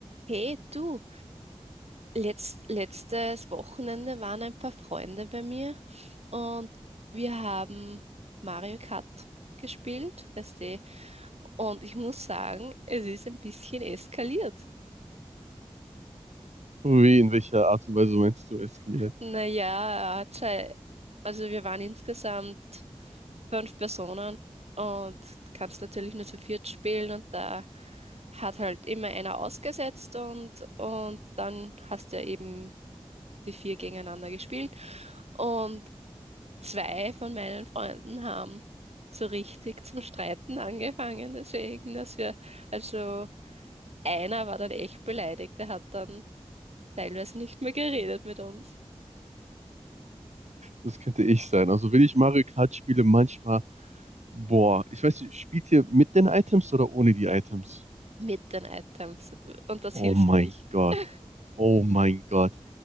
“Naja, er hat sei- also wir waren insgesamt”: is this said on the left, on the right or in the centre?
Right